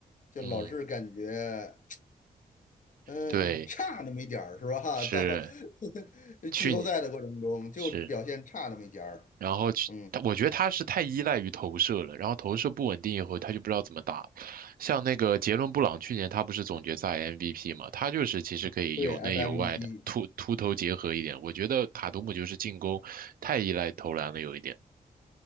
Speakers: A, on the left; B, on the right.
A: 就老是感觉。
B: 嗯，
A: 嗯，
B: 对，
A: 差那么一点儿是吧？
B: 是
A: <laughs> 到 <laughs>
B: 去年
A: 季后赛的过程中就表现差那么一点儿。
B: 是，然后去，
A: 嗯，
B: 他我觉得他是太依赖于投射了，然后投射不稳定以后，他就不知道怎么打了像那个杰伦布朗，去年他不是总决赛 MVP 嘛，他就是其实可以有内有外的突突投结合一点。
A: 对，FMB，
B: 我觉得卡图姆就是进攻太依赖投篮了有一点，